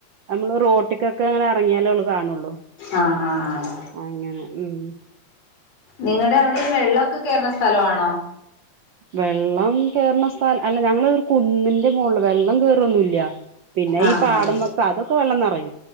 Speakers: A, on the right; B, on the left.
A: നമ്മള് റോട്ടിക്കൊക്കെ അങ്ങനെ ഇറങ്ങിയാലേ അവള് കാണുള്ളൂ
B: ആഹ് ആഹ് ആഹ്
A: അങ്ങനാണ് ഉം
B: നിങ്ങളുടെ അവിടെ വെള്ളമൊക്കെ കേയറുന്ന സ്ഥലമാണോ
A: വെള്ളം കേയറുന്ന സ്ഥലം അല്ല ഞങ്ങ ഒരു കുന്നിന്റെ മോുകളില് വെള്ളം കേയറൊന്നുംല്ല പിന്നെ
B: ആഹ്
A: ഈ പാടം
B: ആഹ്
A: വൊക്കെ അതൊക്കെ വെള്ളംന്ന്റൂ